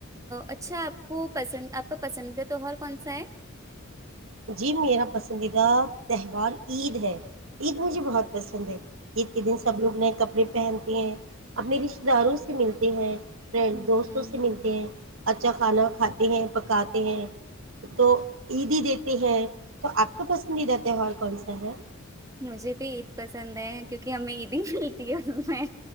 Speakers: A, on the right; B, on the right.
A: اچھا آپ کو پسند آپ کا پسندیدہ تہوہار کون سا ہے
B: جی میرا پسندیدہ تہوار عید ہے عید مجھے بہت پسند ہے عید کے دن سب لوگ نئے کپڑے پہنتے ہیں اپنے رشتے داروں سے ملتے ہیں فرینڈ
A: ہ
B: دوستوں سے ملتے ہیں اچھا کھانا کھاتے ہیں پکاتے ہیں تو عید ہی د ہے تو آپ کا پسندیدہ تہوار کون سا ہے
A: مجھے بھی عید پسند ہے کیونکہ ہمیں عید ہی ملتی ہے اس میں